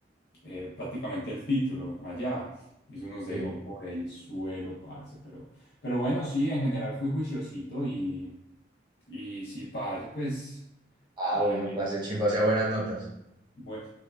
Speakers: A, on the left; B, on the right.
A: eh, prácticamente el título allá. Y eso nos
B: sí.
A: dejó por el suelo, parce. Pero, pero bueno, sí, en general fui juiciosito y, y sí, parce, pues,
B: Ah,
A: eh,
B: bueno, parce chimba, o sea, buenas notas.
A: bueno,